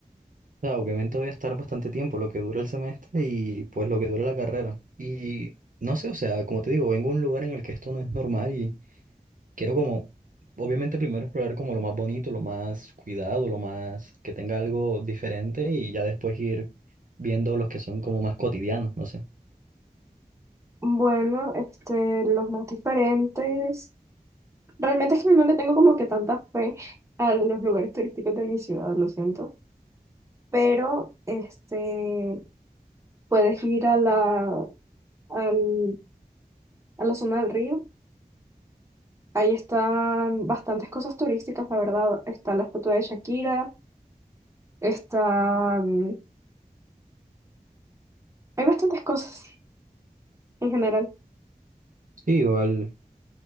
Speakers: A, on the right (about 60°); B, on the right (about 20°).
A: O sea, obviamente voy a estar bastante tiempo, lo que dura el semestre y pues lo que dura la carrera. Y no sé, o sea, como te digo, vengo a un lugar en el que esto no es normal y quiero como, obviamente primero explorar como lo más bonito, lo más cuidado, lo más que tenga algo diferente y ya después ir viendo los que son como más cotidianos, no sé.
B: Bueno, este, los más diferentes. Realmente es que no le tengo como que tanta fe a los lugares turísticos de mi ciudad, lo siento. Pero, este, puedes ir a la, al- a la zona del río. Ahí están bastantes cosas turísticas, la verdad. Está la estatua de Shakira. Está, mm, hay bastantes cosas en general.
A: Sí, igual